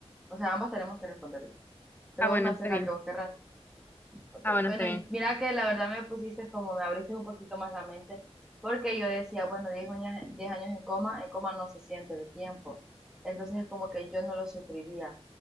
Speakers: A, in the centre; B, on the left (about 15°).
A: O sea, ambas tenemos que responderla. Pero
B: Ah, bueno,
A: vos me haces
B: está
A: la
B: bien.
A: que vos querrás. Ok,
B: Ah, bueno,
A: bueno,
B: está bien.
A: y mira que la verdad me pusiste como me abriste un poquito más la mente, porque yo decía, bueno, diez años, 10 años en coma, en coma no se siente el tiempo, entonces es como que yo no lo sufriría.